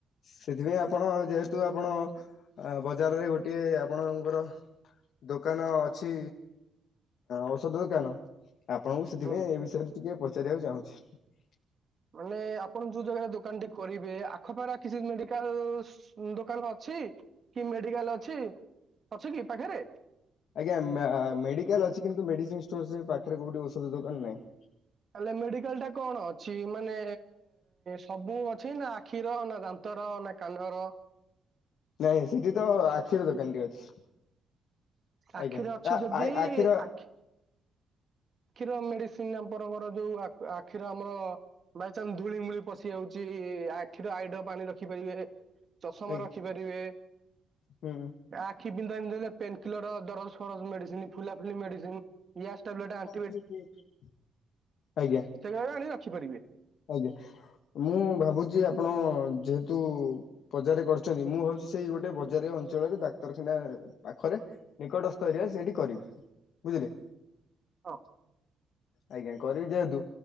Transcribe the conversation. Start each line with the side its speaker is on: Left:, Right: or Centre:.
Left: ସେଥିପାଇଁ ଆପଣ ଯେହେତୁ ଆପଣ ବଜାରରେ ଗୋଟିଏ ଆପଣଙ୍କର। ଦୋକାନ ଅଛି ଔଷଧ ଦୋକାନ। ଆପଣଙ୍କୁ ସେଥିପାଇଁ
Right: ହୁଁ।
Left: ଏ ବିଷୟରେ ଟିକେ ପଚାରିବାକୁ ଚାହୁଁଚି।
Right: ମାନେ ଆପଣ ଯୋଉ ଜାଗାରେ ଦୋକାନ ଟି କରିବେ ଆଖପାଖରେ ଆଉ କିଛି ମେଡିକାଲସ ଦୋକାନ ଅଛି। କି ମେଡିକାଲ ଅଛି ଅଛି କି ପାଖରେ?
Left: ଆଜ୍ଞା ମ୍ୟା-ମେଡିକାଲ ଅଛି କିନ୍ତୁ ମେଡିସିନ ଷ୍ଟୋର ସେ ପାଖରେ କୋଉଠି ଔଷଧ ଦୋକାନ ନାହିଁ।
Right: ତାଲେ ମେଡିକାଲ ଟା କଣ ଅଛି ମାନେ ସବୁ ଅଛି ନା ଆଖିର ନା ଦାନ୍ତର ନା କାନର।
Left: ନାଇଁ ସେଠି ତ ଆଖିର ଦୋକାନଟି ଅଛି।
Right: ଆଖିରେ
Left: ଆଜ୍ଞା
Right: ଅଛି
Left: ଆ-ଆଇ-ଆଖିର।
Right: ଯଦି ଆଖି ଆଖିର ମେଡିସିନ ଆମ୍ପରଙ୍କର ଯୋଉ ଆଖ-ଆଖିର ଆମର ବାଇଚନ୍ସ ଧୂଳିମୂଳି ପଶି ଯାଉଛି ଆଖିର ଆଇଡ୍ରପ ଆଣି ରଖିପାରିବେ। ଚଷମା
Left: ଆଜ୍ଞା
Right: ରଖିପାରିବେ।
Left: ହୁଁ।
Right: ଆଖି ବିନ୍ଧା ବିନ୍ଧ ଦେଲେ ପେନ କିଲର ଦରଜ ଫରଜ ମେଡିସିନ ଫୁଲା ଫୁଲି ମେଡିସିନ। ଗ୍ୟାସ ଟାବଲେଟ <unintelligible>
Left: <inaudible> ଆଜ୍ଞା
Right: ସେଗୁରାକ ଆଣିକି ରଖିପାରିବେ।
Left: ଆଜ୍ଞା ମୁଁ ଭାବୁଛି ଆପଣ ଯେହେତୁ ବଜାରେ କରିଛନ୍ତି ମୁଁ ଭାବଛି ସେଇ ଗୋଟେ ବଜାରିଆ ଅଞ୍ଚଳରେ ଡାକ୍ତରଖାନା ପାଖରେ। ନିକଟସ୍ଥ ଏରିଆ ସେଇଠି କରିବି ବୁଝିଲେ।
Right: ହଁ।
Left: ଆଜ୍ଞା କରିବି ଯେହେତୁ